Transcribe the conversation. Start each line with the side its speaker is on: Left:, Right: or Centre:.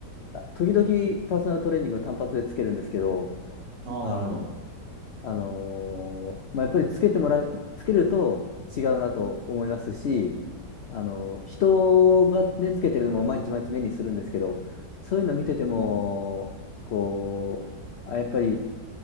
Left: あ時々パーソナルトレーニングを単発でつけるんですけど、
Right: ああ、
Left: あの、
Right: なるほど。
Left: あのーまあ、やっぱりつけてもらう、つけると違うなと思いますし、あのー人がね、つけてるのも毎日毎日目にするんですけど、そういうの見てても、
Right: うん。
Left: こう、あ、やっぱり